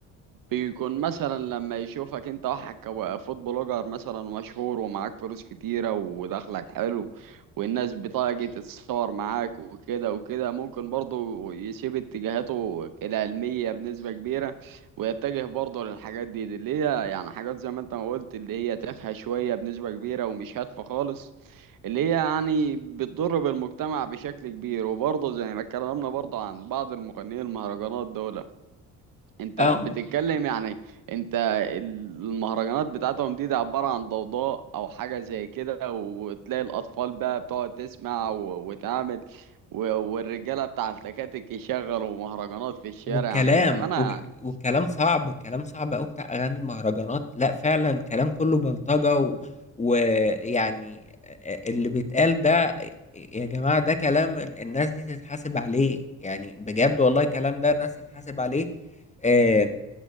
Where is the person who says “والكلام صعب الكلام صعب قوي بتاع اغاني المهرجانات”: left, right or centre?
Left